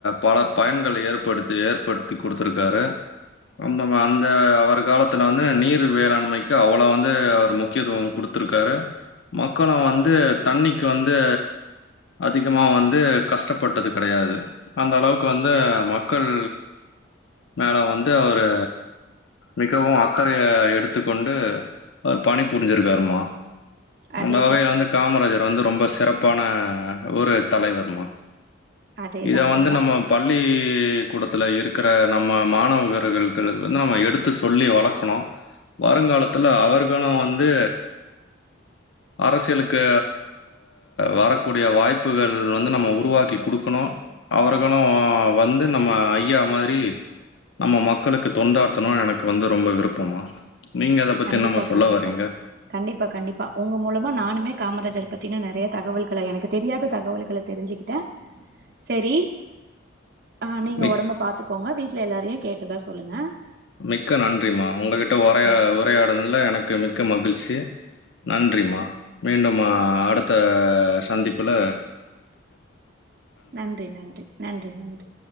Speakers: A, on the left; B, on the right.
A: பல பயன்கள் ஏற்படுத்தி ஏற்படுத்தி குடுத்துருக்காரு அண்ணாவ் அந்த அவர் காலத்துல வந்து நீர் வேளாண்மைக்கு அவ்வளவு வந்து அவர் முக்கியத்துவம் குடுத்துருக்காரு மக்கன வந்து தண்ணிக்கு வந்து அதிகமா வந்து கஷ்டப்பட்டது கெடயாது அந்த அளவுக்கு வந்து மக்கள் மேல வந்து அவரு மிகவு அக்கறைய எடுத் த்து கொண்டு அவர் பணி புரிஞ்சுருக்காருமா
B: அதேதா
A: அந்த வகைய வந்து காமராஜர் வந்து ரொம்ப சிறப்பான ஒரு தலைவர்மா
B: அதேதா
A: இத
B: அதேதா
A: வந்து நம்ம பள்ளி கூடத்தில இருக்கிற நம்ம மாணவர்களுக் கு வந்து நம்ம எடுத்து சொல்லி வளக்கணு வருங்காலத்தில அவர்களு வந்து அரசியலுக்கு வரக்கூடிய வாய்ப்புகள் வந்து நம்ம உருவாக்கி குடுக்கணு அவர்களு வந்து நம்ம ஐயா மாரி நம்ம மக்களுக் தொண்டாற்றணு எனக்கு வந்து ரொம்ப விருப்பமா நீங்க அத பத்தி
B: கண்டிப்பா
A: என்னாம்மா சொல்ல
B: கண்டிப்பா
A: வரீங்க
B: கண்டிப்பா கண்டிப்பா உங்க மூலமா நானுமே காமராஜர் பத்தின நெறைய தகவல்கள எனக்கு தெரியாத தகவல்கள தெரிஞ்சுக்கி டே செரி ஆ நீங்க
A: மிக்
B: ஒடம்ப பாத்துக்கோங்க வீட்ல எல்லாரியு கேட்டதா சொல்லுங்க
A: மிக்க நன்றிமா ஒங்ககிட்ட உரையா
B: ம்
A: உரையாடுனாதுல எனக்கு மிக்க மகிழ்ச்சி நன்றிம்மா மீண்டும்மா அடுத்த சந்திப்பில
B: நன்றி நன்றி நன்றி நன்றி